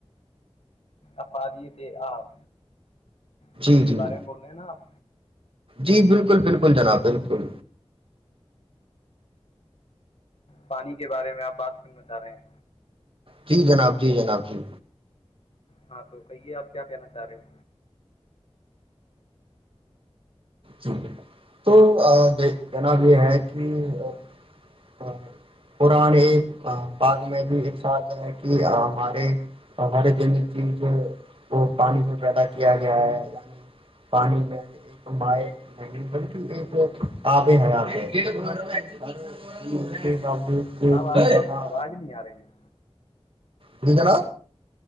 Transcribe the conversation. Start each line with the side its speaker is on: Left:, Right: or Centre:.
Left: افادی تھ آپ اسی
Right: جی
Left: کے
Right: جی
Left: بارے میں بول رہے ہیں نا آپ
Right: جی بالکل بالکل جناب بالکل
Left: پانی کے بارے میں آپ بات سننا چاہ رہے ہیں
Right: جی جناب جی جناب جی
Left: ہاں تو کہیے آپ کیا کہنا چاہ رہے ہو
Right: جی تو جناب یہ ہے کہ پران بد میں بھی ایک ساتھ ہے کہ ہمارے ہر جند چیز وہ پانی سے پیدا کیا گیا ہے یعنی پانی میں ایک مائ <unintelligible>
Left: جناب
Right: پتا
Left: آپ کی آواز نہیں آ رہی ہے
Right: اڑ ج نا